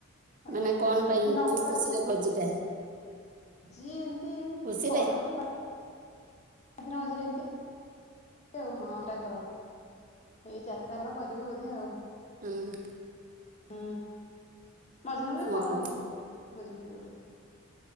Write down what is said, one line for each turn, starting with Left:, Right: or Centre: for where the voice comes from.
Right: ମାନେ
Left: ଆଉ
Right: କଣ ପାଇଁ
Left: ଯଦି ନ
Right: କୋଉ
Left: କରନ୍ତି
Right: ଖୁସିରେ ଭୋଜିଟା
Left: ଯିଏ ଏମତି
Right: ଖୁସିରେ
Left: କରନ୍ତି। ମଝିରେ ମଝିରେ ଏମିତି ଆଉ ହଁ ଏଟା ଘର ଏଇ ଚାରିଟା ଘର କରିବି ବୋଧେ ଆଉ।
Right: ହୁଁ।
Left: ହୁଁ ମଝିରେ ମଝିରେ କରନ୍ତି
Right: ଓହୋ
Left: ପୋଟରେ। ଭୋଜି ଫୋଜି ଗୋଟେ